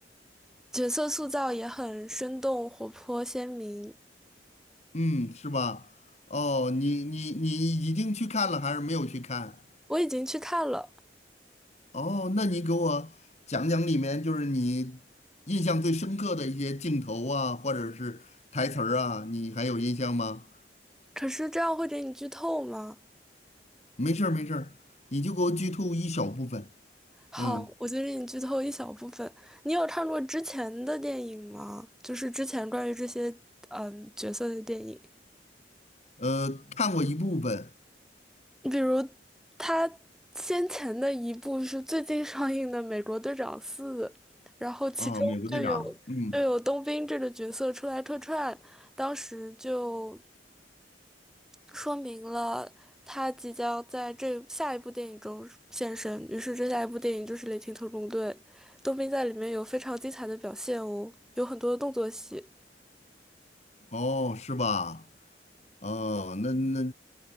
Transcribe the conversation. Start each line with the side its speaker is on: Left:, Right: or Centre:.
Centre: 角色塑造也很生动、活泼、鲜明。
Left: 嗯，是吧？哦，你你你已经去看了还是没有去看？
Centre: 我已经去看了，
Left: 哦，那你给我讲讲里面就是你印象最深刻的一些镜头啊，或者是台词儿啊，你还有印象吗？
Centre: 可是这样会给你剧透吗？
Left: 没事儿没事儿，你就给我剧透一小部分。
Centre: 好，
Left: 嗯。
Centre: 我就给你剧透一小部分。你有看过之前的电影吗？就是之前关于这些嗯角色的电影。
Left: 呃，看过一部分
Centre: 比如他先前的一部是最近上映的《美国队长四》，然后其中就有
Left: 啊，美国队长》。嗯，
Centre: 就有冬兵这个角色出来客串，当时就说明了他即将在这下一部电影中现身。于是这下一部电影就是《雷霆特工队》，冬兵在里面有非常精彩的表现哦，有很多的动作戏，
Left: 哦，是吧？哦，那那，